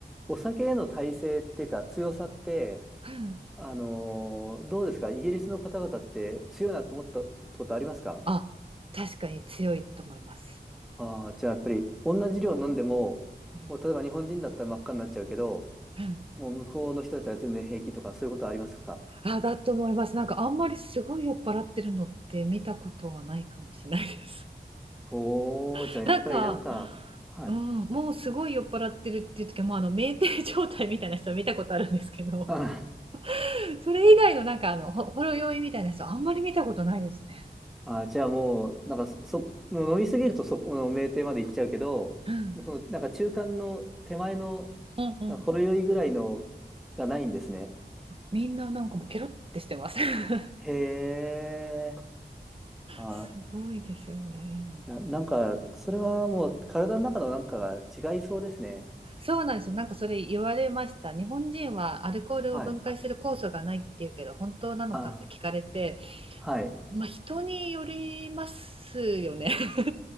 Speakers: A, in the centre; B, on the right.
A: お酒への耐性っていうか強さって、
B: うん
A: あのーどうですかイギリスの方々って強いなと思ったことありますか
B: あ、確かに強いと思います。
A: ああー、じゃあやっぱり同じ量飲んでも、
B: うん
A: もう例えば日本人だったら真っ赤になっちゃうけど、
B: うん
A: もう向こうの人だったら全然平気とかそういうことありますか
B: あ、だと思います。なんかあんまりすごい酔っ払ってるのって見たことがないかもしれないです。
A: おー、
B: <laughs>
A: じゃあやっぱりなんか、
B: なんか、
A: はい。
B: うん、もうすごい酔っ払ってるっていう時はもうあの酩酊状態みたいな人見たことあるんですけど、
A: あ
B: <laughs> それ以外のなんかあのほほろ酔いみたいな人あんまり見たことないですね。
A: あ、じゃあもう、なんかそ、そもう飲みすぎるとそこの酩酊まで行っちゃうけど、
B: うん、
A: その、なんか中間の手前の、
B: うんうん。
A: なんかほろ酔いぐらいのがないんですね。
B: みんななんかもうケロってしてます。<laughs>
A: へえ。あ、
B: すごいですよね。
A: いや、なんか、それはもう体の中のなんかが違いそうですね。
B: そうなんですよ。なんかそれ言われました。日本人はアルコールを分解する酵素がないっていうけど、
A: はい。
B: 本当なのかって聞かれて、
A: あ、はい。
B: まあ、人によりますよね。<laughs>